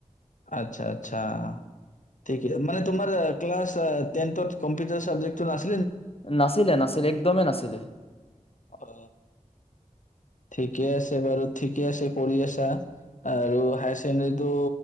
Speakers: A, on the left; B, on the left.
A: আতচ্ছা আতচ্ছা ঠিকে মানে তোমাৰ ক্লাছ আ, টেনতত কম্পিটাৰ চাবজেক্ট নাছি
B: নাছিলে, নাছিলে, একদমেই নাছিলে।
A: অ ঠিকে আছে বাৰু ঠিকে আছে কৰি আছা আৰু হায় ছেকেণ্ডেৰীটো